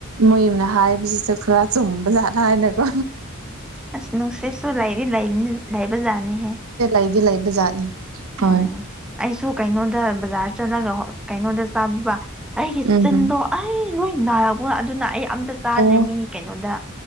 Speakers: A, on the right; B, in the centre.
A: ꯃꯣꯏꯅ ꯍꯥꯏꯕꯁꯤꯗ ꯈꯔ ꯆꯨꯝꯕ ꯌꯥꯠꯦ ꯂꯥꯏꯅꯦꯀꯣ
B: ꯑꯁ ꯅꯅꯨꯡꯁꯦꯁꯨꯣ ꯂ ꯂ ꯂꯥꯏꯕꯖꯅꯤ ꯍ
A: ꯑꯩꯗꯤ ꯂꯩꯕ ꯖꯥꯠꯅꯤ ꯍꯣꯏ
B: ꯎꯝ ꯑꯩꯁꯨ ꯀꯩꯅꯣꯗ ꯕꯖꯥꯔ ꯆꯠꯂꯒ ꯀꯩꯅꯣꯗ ꯆꯥꯕꯤꯕ ꯑꯩꯒꯤ
A: ꯎꯝ
B: ꯆꯤꯟꯗꯣ ꯑꯩ ꯂꯣꯏ ꯅꯥꯛꯔꯕ꯭ꯔꯣ ꯑꯗꯨꯅ ꯑꯩ ꯑꯝꯇ ꯆꯥꯗ꯭ꯔꯦ
A: ꯑꯣ
B: ꯃꯤ ꯀꯩꯅꯣꯗ